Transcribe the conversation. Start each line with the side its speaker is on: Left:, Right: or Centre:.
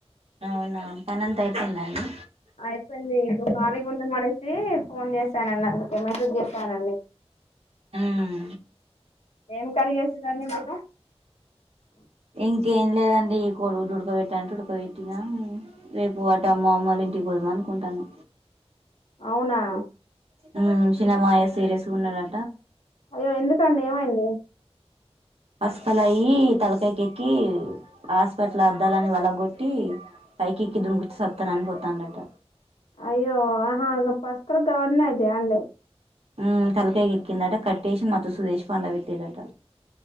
Right: అవునా పనంత అయిపోయిందండి
Left: అయిపోయింది కాలీగుం అనేసి ఫోన్ చేశానండి అందుకే మెసేజ్ చేశానండి
Right: ఉమ్
Left: ఏం కర్రి చేసిరండి మీరు
Right: ఇంకేం లేదండి కొడుగుడ్లు ఉడుకబె అంటే ఉడకబెట్టినా రేపు అటు అమ్మ అమ్మలు ఇంటికి పోదామనుకుంటాన
Left: అవునా
Right: ఊ సినమాయ సీరీరస్ ఉన్నద
Left: అయ్యో ఎందుకండి ఏమైంది
Right: హసుకల్ అయ్యి తలకాయికి ఎక్కి హాస్పిటల్ అద్దాలని వలగొట్టి పైకి ఎక్కి దునికచ్చి సస్తానని పోతాండట
Left: అయ్యో అహా గ పస్ అక్కడ గవన్నీ అయితయా అండి
Right: ఉమ్ తలకాయకి ఎక్కిందట కట్టేసి మత్తు సూదేషి పండ పెట్టిరట